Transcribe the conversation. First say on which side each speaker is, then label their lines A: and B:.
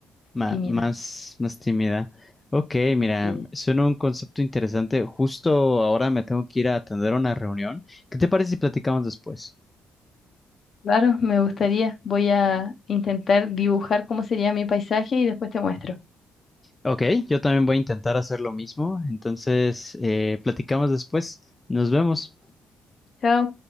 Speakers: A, on the left; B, on the left.
A: Ma-
B: tímida.
A: más, más tímida. Ok, mira,
B: Sí.
A: suena un concepto interesante. Justo ahora me tengo que ir a atender una reunión. ¿Qué te parece si platicamos después?
B: Claro, me gustaría. Voy a intentar dibujar cómo sería mi paisaje y después te muestro.
A: Ok, yo también voy a intentar hacer lo mismo. Entonces, eh, platicamos después. Nos vemos.
B: Chao.